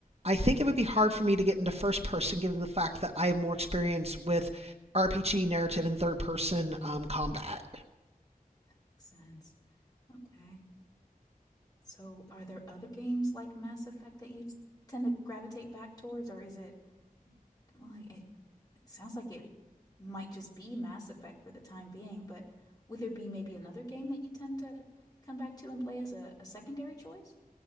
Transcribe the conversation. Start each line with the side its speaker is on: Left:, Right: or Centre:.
Right: I think it would be hard for me to get into first person given the fact that I have more experience with RPG narrative in third person um, combat.
Left: that makes sense. Okay. So, are there other games like Mass Effect that you t- tend to gravitate back towards, or is it, well, it it sounds like it might just be Mass Effect for the time being, but would there be maybe another game that you tend to come back to and play as a, a secondary choice?